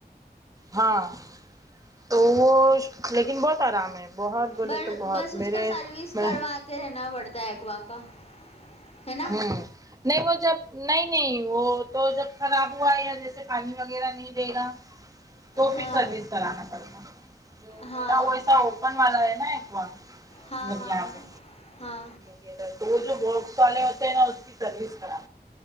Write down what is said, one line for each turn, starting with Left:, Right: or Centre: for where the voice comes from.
Right: ہاں تو وہ لیکن بہت آرام ہے بہت بولے
Left: بر
Right: تو بہت
Left: بس اس
Right: میرے
Left: کا سروس
Right: میں
Left: کرواتے رہنا پڑتا ہے اکوا کا ہے نا
Right: ہوں نہیں وہ جب نہیں نہیں وہ تو جب خراب ہوا یا جیسے پانی وغیرہ نہیں دے گا تو
Left: ہاں
Right: پھر سروس کرانا پڑتا جو
Left: ہاں
Right: میرا وہ ایسا اوپن والا ہے نا اکوا
Left: ہاں
Right: یہاں
Left: ہاں ہاں
Right: پہ
Left: ہاں
Right: کہ رہ تو وہ جو باکس والے ہوتے ہیں نا اس کی سروس خراب